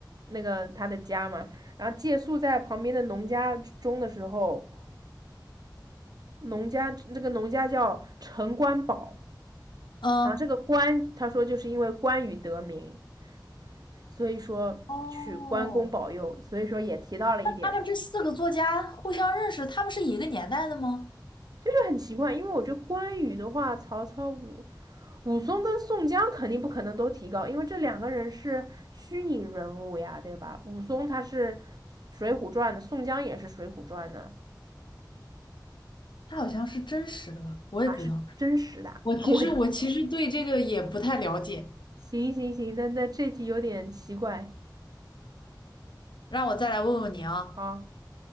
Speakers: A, on the right; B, on the left.
A: 那个他的家嘛？然后借宿在旁边的农家中的时候，农家那个农家叫陈官宝，
B: 嗯，
A: 然后这个关他说就是因为关羽得名，所以说取关公保佑，
B: 哦，
A: 所以说也提到了一点
B: 他们这四个作家互相认识，他们是一个年代的吗？
A: 这就是很奇怪，因为我觉得关羽的话，曹操、武武松跟宋江肯定不可能都提高，因为这两个人是虚拟人物呀，对吧？武松他是《水浒传》的，宋江也是《水浒传》的，
B: 它好像是真实的吧？我也不知道。
A: 啊，是真实的。
B: 我其实我其实对这个也不太了解，
A: <laughs> 我行行行，那那这题有点奇怪
B: 让我再来问问你啊。
A: 啊。